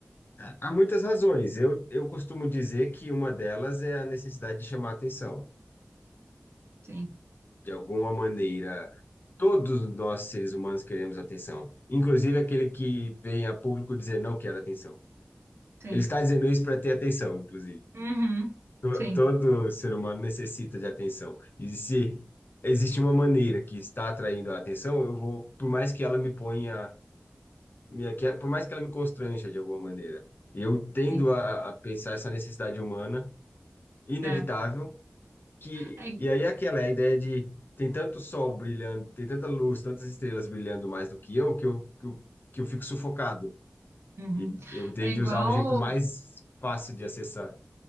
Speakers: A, on the left; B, on the right.
A: Há muitas razões. Eu, eu costumo dizer que uma delas é a necessidade de chamar atenção.
B: Sim,
A: De alguma maneira, todos nós, seres humanos, queremos atenção. Inclusive aquele que vem a público dizer não quero atenção.
B: sim.
A: Ele está dizendo isso para ter atenção, inclusive.
B: Uhum.
A: To-
B: Sim,
A: Todo ser humano necessita de atenção. E se existe uma maneira que está atraindo a atenção, eu vou, por mais que ela me ponha, me- que- por mais que ela me constranja de alguma maneira, eu tendo
B: sim.
A: a, a pensar essa necessidade humana inevitável
B: É.
A: que
B: É,
A: e aí é aquela é a ideia de tem tanto sol brilhando, tem tanta luz, tantas estrelas brilhando mais do que eu, que eu que eu, que eu fico sufocado.
B: uhum.
A: E eu tenho
B: É igual,
A: de usar o jeito mais fácil de acessar.